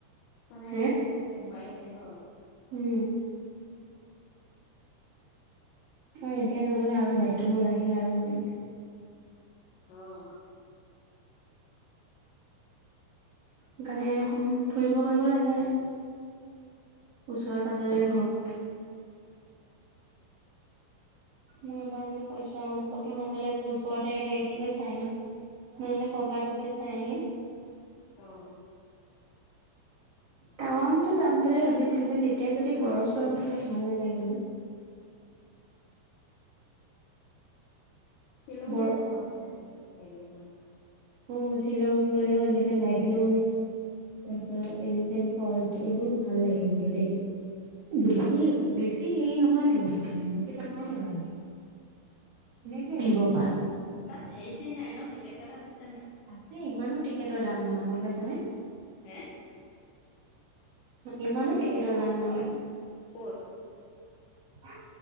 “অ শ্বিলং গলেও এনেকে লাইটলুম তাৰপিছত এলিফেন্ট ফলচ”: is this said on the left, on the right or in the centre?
Right